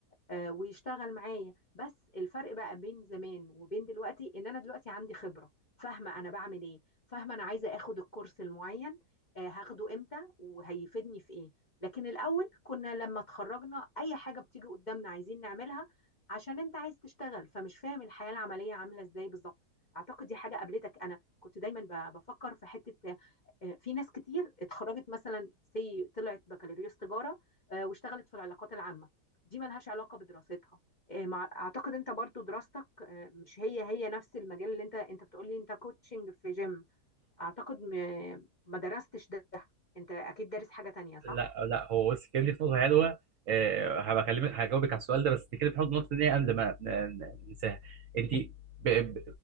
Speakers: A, on the left; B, on the right.
A: آه، ويشتغل معايا بس الفرق بقى بين زمان وبين دلوقتي ان انا دلوقتي عندي خبرة فاهمة انا بعمل ايه فاهمة انا عايزة اخد الكورس المعين آه، هاخده امتى وهيفيدني في ايه لكن الاول كنا لما اتخرجنا اي حاجة بتيجي قدامنا عايزين نعملها عشان انت عايز تشتغل فمش فاهم الحياة العملية عاملة ازاي بالظبط اعتقد دي حاجة قابلتك انا كنت دايما ب- بفكر في حتة آه، في ناس كتير اتخرجت مثلا سي طلعت بكالوريوس تجارة آه، واشتغلت في العلاقات العامة دي ملهاش علاقة بدراستها آه، مع- اعتقد انت برضو دراستك آه، مش هي هي نفس المجال اللي انت انت بتقولي انت كوتشنج في جيم اعتقد م- ما درستش ده انت اكيد دارس حاجة تانية صح؟
B: لا لا هو بص كان دي في نقطه حلوه آه، هبقى اكلمك هجاوبك على السؤال ده بس نتكلم في حوض النقطه دي قبل ما ن- ن- ننساها انت ب... ب...